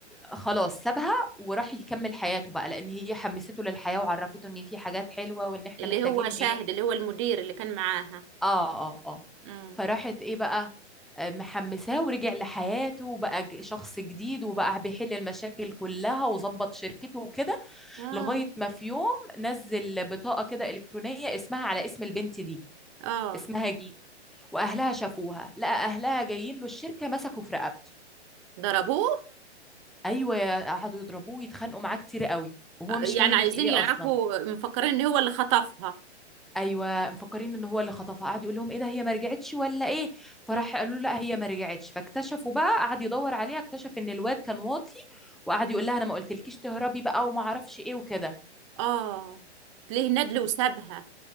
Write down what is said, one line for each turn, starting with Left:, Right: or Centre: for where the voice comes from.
Centre: خلاص سابها وراح يكمل حياته بقى لان هي حمسته للحياة وعرفته ان في حاجات حلوة وان احنا
Right: اللي
Centre: محتاجين
Right: هو شاهد
Centre: ايه
Right: اللي هو المدير اللي كان معاها
Centre: اه اه اه
Right: امم
Centre: فراحت ايه بقى آه، محمساه ورجع لحياته وبقى ج- شخص جديد وبقى بيحل المشاكل كلها وظبط شركته وكده
Right: اه
Centre: لغاية ما في يوم نزل بطاقة كده إلكترونية اسمها على اسم البنت دي
Right: اه
Centre: اسمها جيت وأهلها شافوها لقى أهلها جايين له الشركة مسكوا في رقبته
Right: ضربوه
Centre: ايوه يا- قعدوا يضربوه يتخانقوا معاه كتير قوي وهو مش
Right: يعني
Centre: فاهم
Right: عايزين
Centre: في ايه
Right: يعرفوا
Centre: اصلا
Right: مفكرين ان هو اللي خطفها
Centre: ايوه مفكرين ان هو اللي خطفها قعد يقول لهم ايه ده هي ما رجعتش ولا ايه فراح
Right: اه
Centre: قالوا له لا هي ما رجعتش فاكتشفوا بقى قعد يدور عليها اكتشف ان الواد كان واطي وقعد يقول لها انا ما قلتلكيش تهربي بقى وما اعرفش ايه وكده
Right: اه ليه ندل وسابها